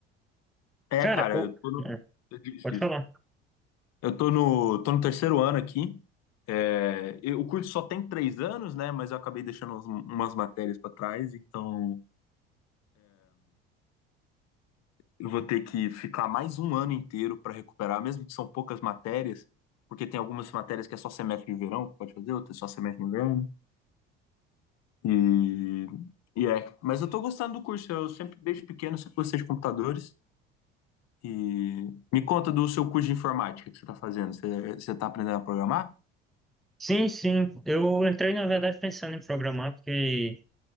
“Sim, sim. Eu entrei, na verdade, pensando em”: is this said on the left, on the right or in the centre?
Centre